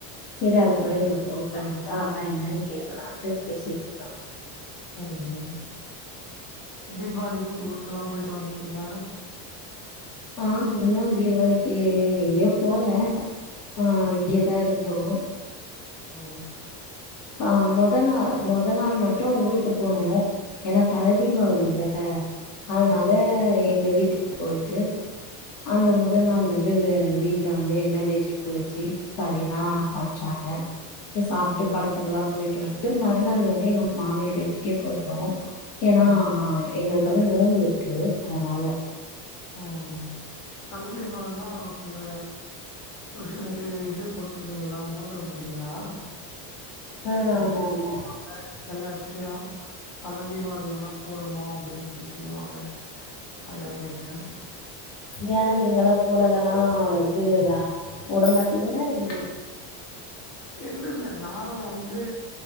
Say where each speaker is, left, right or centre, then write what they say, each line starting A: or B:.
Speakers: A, on the left (about 70°); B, on the left (about 40°).
A: செரி அதுக்குள்ளே
B: ம்
A: நீங்க போன் பண்ணீங்களா அதா என்னன் கேக்கலான்ட்டு பேசிட்டு இருக்கங்க
B: ம்ம் தீபாவளிக்கு ஊருக்கெல்லா போயிட்டு வந்துட்டீங்களா
A: ஆ இன்னு தீபாவளிக்கு எங்கேயோ போல ஆ இங்கேயேதா இருந்தோ
B: ஓ
A: ஆ மொத நா மொத நாள் மட்டு ஊருக்கு போனு என்னா தல தீபாவளில்ல அதனால
B: ம்
A: எங்க வீட்டுக்கு போயிட்டு அந்த மொதல்
B: ம்
A: நாள் வந்து வீட்டுல வந்து என்ன தேச்சி குளிச்சி கரிலா சமச்சாங்க சாப்ட்டு
B: ம்
A: படுத் நல்லா போய்ட்டு வட்டு மறுநாள் வந்து எங்க மாமியார் வீட்டுக்கே போய்ட்டோ ஏன்னா
B: ம்
A: எங்களுக்கு வந்து நோம்பு இருக்கு அதனால
B: உம் தல தீபாவளின்னா உங்க புருஷனுக்கு இது போட்ருப்பீங்ளா மோதிரோ போட்டீங்ளா
A: ஆ
B: அப்டி
A: ஆமா ஆமா
B: <unintelligible> எல்லாத்தலயு தல தீவாளிக்குவேனா போடணு அப்டினு சொல்லி சொல்லுவாங்க அதாங்கேட்டே
A: ஏ நீங்கல்லா போடலனா வந்து வே போட மாட்டீங்ளா என்ன
B: இல்ல இல்ல நானு வந்து